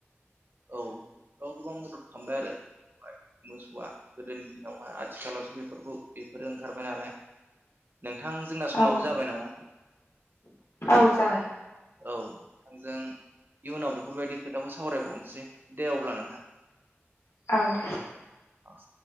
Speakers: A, on the right (about 50°); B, on the left (about 85°).
A: औ बेफोराव गोबां मदद खालामबाय आरो बेखौ मोसौआ गोदोनि दिनावहाय आथिखालावसो बेफोरखौ बेफोरो ओंखारबाय नालाय नोंथां जोंना समाबो
B: औ
A: जाबाय नामा
B: औ जाबाय
A: औ नोंथांजों इयुनाव बेफोरबायदि खोथाखौ सावरायबावनोसै सै दे अब्ला नोंथां
B: औ दे
A: अ